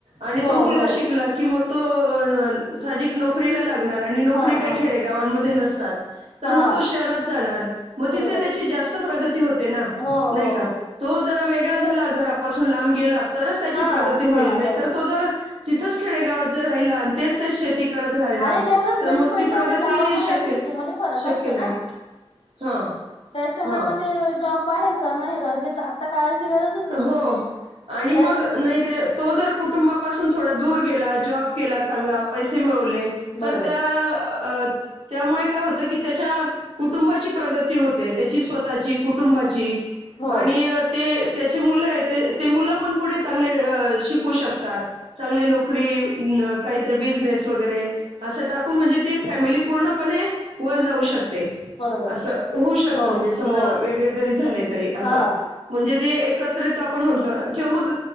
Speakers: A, on the right; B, on the left.
A: आणि
B: हो
A: तो मुलगा
B: हो
A: शिकला कि, मग तो साहजिक नोकरीला लागणार आणि नोकरी
B: हा
A: काही
B: हा
A: खेडेगावांमध्ये नसतात. तर
B: हा
A: म तो शहरात जाणार, म
B: बरोबर
A: तिथे त्याची जास्त प्रगती होते ना,
B: हो
A: नाही
B: हो
A: का?
B: हो
A: तो जरा वेगळा झाला, घरापासून लांब गेला तरच त्याची
B: हा
A: प्रगती होईल.
B: हा
A: नाही
B: बरोबर
A: तर तो जर तिथंच खेडेगावात जर राहिला, आणि तेच तेच शेती करत राहिला,
B: आणि डेव्हलपमेंट
A: तर मग
B: पण
A: ती प्रगती
B: तेवढी गावामध्ये
A: शक्य
B: आणि सिटीमध्ये फरक
A: शक्य
B: असतो
A: नाही.
B: ना
A: हां
B: त्याच्यामुळे
A: हां
B: म ते जॉब बाहेर करणं हे गरजेचं आता काळाची गरजच आहे
A: हो
B: ती,
A: आणि मग
B: त्याच्या
A: नाही ते तो जर कुटुंबापासून थोडा दूर गेला, जॉब केला चांगला, पैसे मिळवले तर
B: बरोबर
A: त्या अं त्यामुळे काय होतं की, त्याच्या कुटुंबाची प्रगती होते, त्याची स्वतःची, कुटुंबाची
B: हो
A: आणि त्याचे मुलं आहे, ते मुलं पण पुढे चांगले शिकू शकतात. चांगली नोकरी, काहीतरी बिझनेस वगैरे. असं टाकून म्हणजे ती फॅमिली पूर्णपणे वर जाऊ शकते.
B: बरोबर
A: असं, होऊ शकतं
B: हो
A: म्हणजे समजा
B: हो
A: वेगळे जरी झाले तरी, असं
B: हा
A: म्हणजे जे एकत्रित आपण म्हणतो किंवा मग